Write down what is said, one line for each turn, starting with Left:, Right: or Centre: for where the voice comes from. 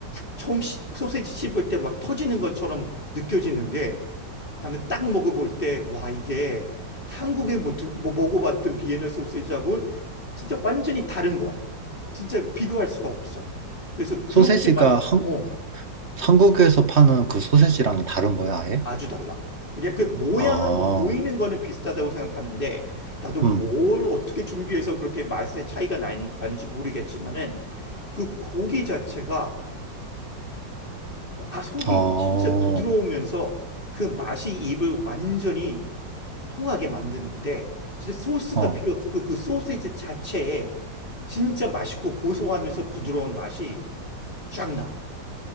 Left: 처음 씹- 소시지 씹을 때 막 터지는 것처럼 느껴지는데 나는 딱 먹어볼 때, 와, 이게 한국에 뭐, 두- 뭐 먹어봤던 비엔나 소시지하고 진짜 완전히 다른 거야. 진짜 비교할 수가 없어. 그래서 그렇게
Right: 소세지가
Left: 맛,
Right: 한,
Left: 어,
Right: 한국에서 파는 그 소세지랑 다른 거야, 아예?
Left: 아주 달라. 그냥 그 모양은
Right: 아,
Left: 뭐 보이는 거는 비슷하다고 생각하는데, 나도 뭘
Right: 음,
Left: 어떻게 준비해서 그렇게 맛의 차이가 난, 나는지 모르겠지만은, 그 고기 자체가, 뭐, 아, 속이
Right: 어,
Left: 진짜 부드러우면서 그 맛이 입을 완전히 통하게 만드는데 진짜 소스가
Right: 어.
Left: 필요 없고 그 소세지 자체에 진짜 맛있고 고소하면서 부드러운 맛이 쫙 나.